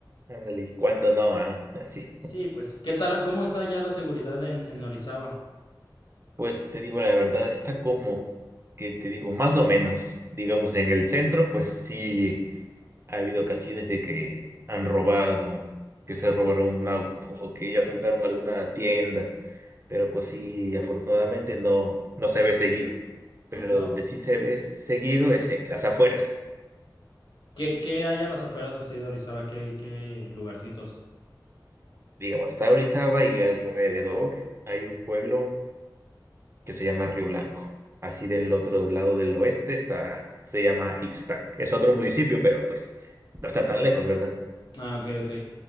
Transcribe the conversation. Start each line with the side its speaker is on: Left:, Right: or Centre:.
Right: Ándale, ¿y cuándo no? ah? <laughs> Así.
Left: Sí, pues sí. ¿Qué tal? ¿Cómo está ya la seguridad en, en Orizaba?
Right: Pues te digo la verdad, está como que te digo, más o menos, digamos, en el centro, pues sí ha habido ocasiones de que han robado, que se robaron un auto o que ya asaltaron alguna tienda, pero pues sí, afortunadamente no, no se ve seguido. Pero
Left: No,
Right: donde
Left: pues.
Right: sí se ve seguido es en las afueras.
Left: ¿Qué, qué hay a las afueras así de Orizaba? ¿Qué, qué lugarcitos?
Right: Digamos, hasta Orizaba y alrededor hay un pueblo que se llama Río Blanco. Así del otro lado del oeste está, se llama Ixtac. Es otro municipio, pero pues no está tan lejos, ¿verdad?
Left: Ah, ok, ok.